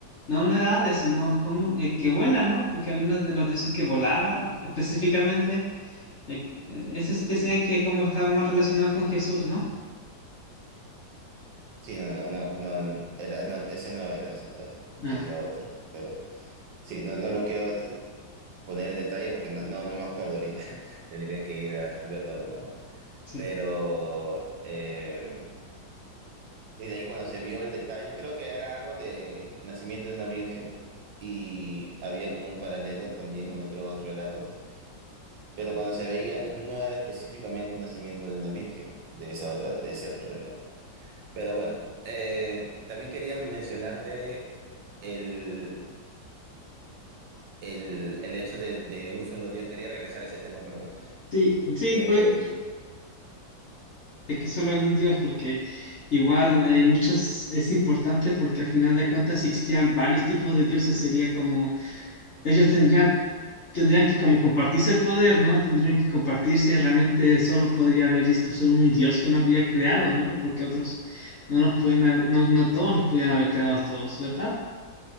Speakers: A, on the left; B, on the right.
A: no, no era Hades, sino como eh, que vuela, ¿no? Porque había uno de los dioses que volaba específicamente. eh, eh, esos decían que como estaba más relacionado con Jesús, ¿no?
B: sí, no, no, no, no, era, no, ese no era, ese no era,
A: Ah,
B: había otro, pero sí, no, no lo quiero poner en detalle porque no, no, no me acuerdo ahorita, <laughs> tendría que ir a verlo de nuevo,
A: sí.
B: pero, eh, y de ahí cuando se vio el detalle, creo que era algo de nacimiento de una virgen y había como un paralelo también en otros relatos, pero cuando se veía no era específicamente un nacimiento de una virgen de esa otra, de ese otro relato. Pero bueno, eh, también quería mencionarte el, el- el hecho de, de un solo Dios. Quería regresar a ese tema, perdón.
A: Sí, sí,
B: Que,
A: pues es que solo hay un dios, porque igual hay muchos, es importante porque al final de cuentas si existían varios tipos de dioses, sería como ellos tendrían, tendrían que como compartirse el poder, ¿no? Tendrían que compartirse y realmente solo podría haber visto solo un dios que nos habría creado, ¿no? Porque otros no nos pueden, haber- no, no todos los pudieran haber creado a todos, ¿verdad?